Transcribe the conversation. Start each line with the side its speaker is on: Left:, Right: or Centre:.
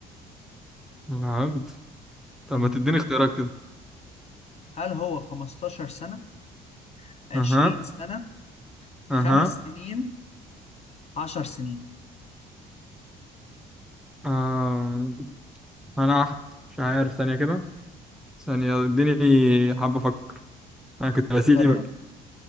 Centre: العبد طب
Left: مم.
Centre: ما تديني اختيارات كده
Left: هل هو 15 سنة 20
Centre: اها
Left: سنة خمس
Centre: اها
Left: سنين 10 سنين
Centre: آه. انا أح- مش عارف ثانية كده ثانية اديني حابة افكر انا كنت بسيبك
Left: فكر يا عم